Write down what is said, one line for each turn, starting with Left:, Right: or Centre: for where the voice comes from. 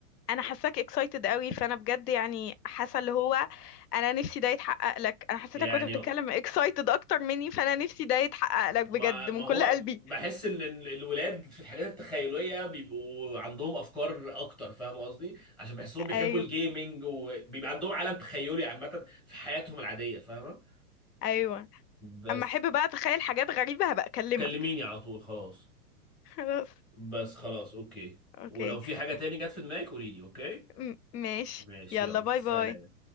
Left: انا حاساك اكسايتد قوي فانا بجد يعني حاسه اللي هو انا نفسي ده يتحقق لك انا حسيتك
Centre: يعني
Left: كنت بتتكلم اكسايتد اكتر مني فانا نفسي ده يتحقق لك
Centre: ما
Left: بجد
Centre: ما
Left: من
Centre: هو
Left: كل قلبي
Centre: بحس ان ال- الولاد في الحاجات التخيليه بيبقوا عندهم افكار اكتر فاهم قصدي عشان بحسهم بيحبوا
Left: ايوه
Centre: الجيمنج وبيبقى عندهم عالم تخيلي عامه في حياتهم العاديه فاهمه
Left: ايوه
Centre: بس
Left: اما احب بقى اتخيل حاجات غريبه هبقى اكلمك
Centre: كلميني على طول خلاص
Left: <laughs> خلاص
Centre: بس خلاص اوكي
Left: اوكي
Centre: ولو في حاجه
Left: م-
Centre: تاني جت في دماغك قولي لي اوكي
Left: م- ماشي
Centre: ماشي
Left: يلا
Centre: يلا
Left: باي
Centre: سلام
Left: باي